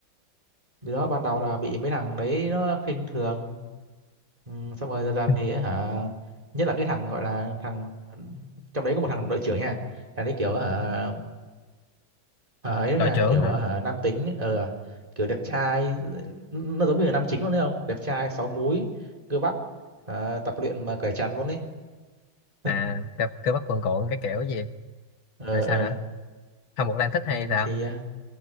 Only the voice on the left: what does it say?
<laughs>
đội
trưởng
hả
à gặp cơ bắp cuồn cuộn cái kiểu gì
rồi sao
nữa không một đang thích
hay sao